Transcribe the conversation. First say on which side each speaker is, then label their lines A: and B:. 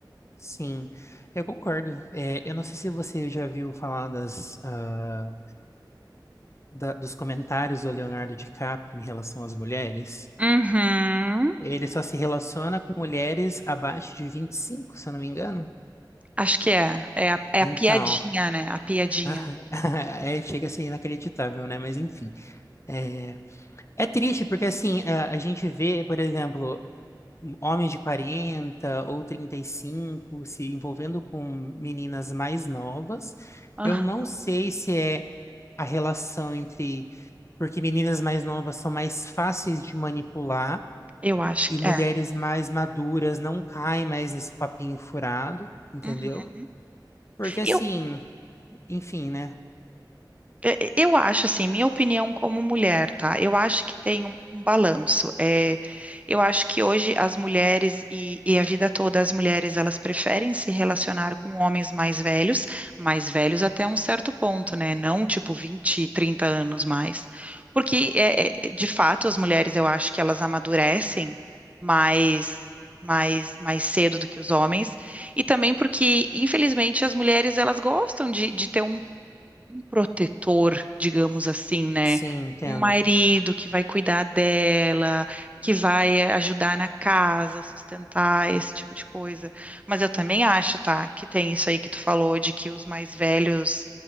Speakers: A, on the left; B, on the right.
A: Sim, eu concordo. É, eu não sei se você já viu falar das, ah, da- dos comentários do Leonardo DiCaprio em relação às mulheres.
B: Uhum.
A: Ele só se relaciona com mulheres abaixo de 25 se eu não me engano.
B: Acho que é. É a, é
A: Então,
B: a piadinha, né? A piadinha.
A: aham, <laughs> é, chega a ser inacreditável, né? Mas enfim. É, é triste porque, assim, a, a gente vê, por exemplo, homens de 40 ou 35 se envolvendo com meninas mais novas.
B: Aham.
A: Eu não sei se é a relação entre. Porque meninas mais novas são mais fáceis de manipular
B: Eu acho
A: e
B: que
A: mulheres
B: é.
A: mais maduras não caem mais nesse papinho furado, entendeu?
B: Uhum.
A: Porque assim,
B: Eu.
A: enfim, né?
B: É, é, Eu acho assim, minha opinião como mulher, tá? Eu acho que tem um um balanço. É, eu acho que hoje as mulheres e, e a vida toda as mulheres elas preferem se relacionar com homens mais velhos, mais velhos até um certo ponto, né? Não tipo 20, 30 anos mais. Porque é, é, de fato as mulheres eu acho que elas amadurecem mais mais mais cedo do que os homens. E também porque, infelizmente, as mulheres elas gostam de, de ter um protetor, digamos assim, né?
A: Sim, entendo.
B: Um marido que vai cuidar dela, que vai eh, ajudar na casa, sustentar, esse tipo de coisa. Mas eu também acho, tá, que tem isso aí que tu falou de que os mais velhos